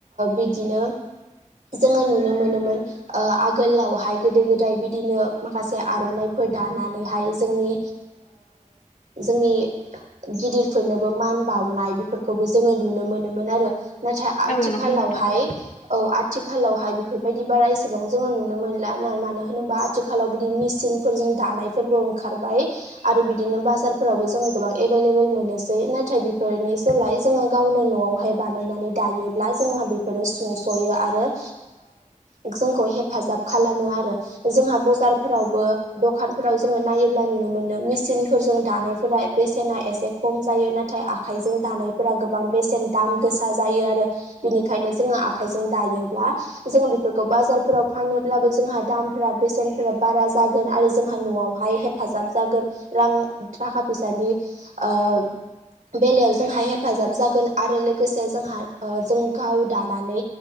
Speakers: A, on the right; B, on the left.
A: बिदिनो द <unintelligible> जोङो नुनो मोनोमोन आगोलावहाय गोदो गोदाय बिदिनो माखासे आर'नाइफोर दानानै हाय जोंनि जोंनि गिदिर फोर फोरनोबो मान बावनाय बेफोरखौबो जोङो नुनो मोनोमोन आरो। नाथाय आथिखालावहाय
B: औ नंगौ नोंथां
A: औ। आथिखालावहाय बेफोरबायदि बारा एसेबां जोङो नुनो मोनला मानो होनोबा आथिखालाव बिदि मेसिनफोर जों दानायफोरबो ओंखारबाय आरो बिदिनो बाजारफोरावबो जों गोबां एभेले एभेले मोनो। नाथाय बेफोरनि सोलाय जोङो गावनो न'आवहाय बानायनानै दायोब्ला जोंहा बेफोरो सुंस' सयो आरो जोंखौ हेफाजाब खालामो आरो, जोंहा बाजारफोरावबो दखाव जों नायोब नुनो मोन मचन फोरजों दानायफोरा बेसेना एसे खम जायो नाथाय आखाइजों दानायफोरा गोबां बेसेन दाम गोसा जायो आरो बिनिखायनो जोंहा आखाइजों दायोब्ला जों बेफोरखौ बाजाराव फानोब्लाबो जोंहा दामफोरा बेसेनफोरा बारा। जगोन आरो जोंहा न'आवहाय हेफाजाब जागोन रां थाखा फैसानि आब बेलायाव जोंहा हेफाजाब जागोन आरो लोगोसे जोंहा ओ जों गाव दानानै